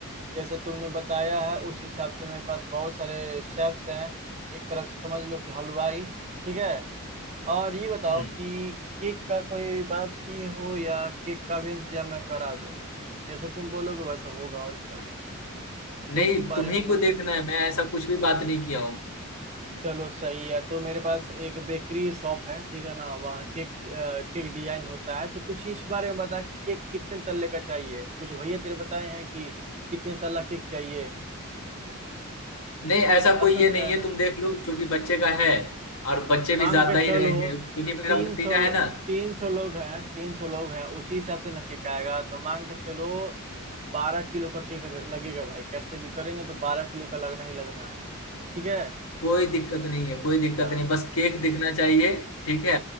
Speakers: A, on the right; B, on the left.
A: जैसे तुमने बताया है उस हिसाब से मेरे पास बहुत सारे शेफ्स हैं एक तरफ से समझ लो कि हलवाई ठीक है और ये बताओ
B: हम्म
A: कि केक का कोई बात किए हो या केक का भी इंतजाम मैं करा दूं जैसा तुम बोलोगे वैसा होगा और क्या केक
B: नहीं
A: के बारे
B: तुम्ही
A: में ब-
B: को देखना है मैं ऐसा कुछ भी बात नहीं किया हूँ
A: चलो सही है तो मेरे पास एक बेकरी शॉप है ठीक है ना वहाँ केक अ, केक डिजाइन होता है तो कुछ इस बारे में बता कि केक कितने तल्ले का चाहिए कुछ भैया तेरे बताए हैं कि कितने तल्ला केक चाहिए
B: नहीं ऐसा
A: बात
B: कोई
A: समझ
B: ये नहीं
A: रहा है
B: है
A: ना
B: तुम देख लो क्योंकि बच्चे का है और बच्चे
A: अब
B: भी
A: मांग
B: ज्यादा
A: के
B: ही
A: चलो
B: रहेंगे क्योंकि मेरा
A: तीन
B: भतीजा
A: सौ
B: है ना
A: तीन सौ लोग हैं तीन सौ लोग हैं उसी हिसाब से ना केक आएगा तो मांग के चलो बारह किलो का केक ल- लगेगा भाई कैसे भी करेंगे तो बारह किलो का लगना ही लगना है ठीक है
B: कोई दिक्कत नहीं है कोई दिक्कत
A: हाँ
B: नहीं बस केक दिखना चाहिए ठीक है